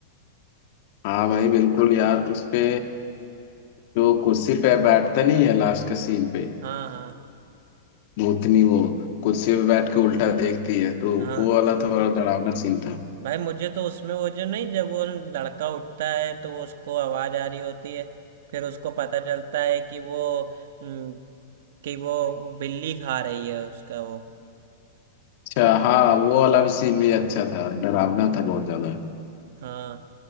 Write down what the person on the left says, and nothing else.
हाँ भाई बिल्कुल यार उसपे जो कुर्सी पे बैठता नहीं है लास्ट का सीन पे
भूतनी वो कुर्सी पे बैठ के उल्टा देखती है तो
वो वाला थोड़ा डरावना सीन था
अच्छा हाँ वो वाला भी सीन भी अच्छा था डरावना था बहुत ज्यादा